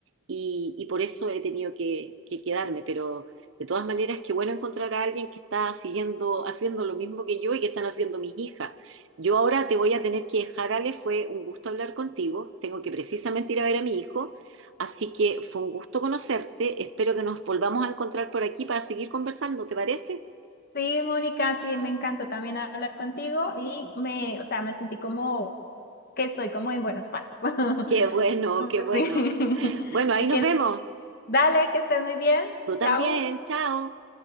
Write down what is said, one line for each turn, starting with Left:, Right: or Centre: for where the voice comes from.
Right: y, y por eso he tenido que, que quedarme. Pero de todas maneras, qué bueno encontrar a alguien que está siguiendo, haciendo lo mismo que yo y que están haciendo mis hijas. Yo ahora te voy a tener que dejar, Ale, fue un gusto hablar contigo. Tengo que precisamente ir a ver a mi hijo, así que fue un gusto conocerte. Espero que nos volvamos a encontrar por aquí para seguir conversando, ¿te parece?
Left: Sí, Mónica, sí, me encantó también hablar contigo y me, o sea, me sentí como que estoy como en buenos pasos. <laughs>
Right: Qué bueno,
Left: Como
Right: qué
Left: así.
Right: bueno.
Left: <laughs>
Right: Bueno, ahí
Left: Y
Right: nos
Left: que
Right: vemos.
Left: dale, que estés muy bien.
Right: Tú
Left: Chao.
Right: también, chao.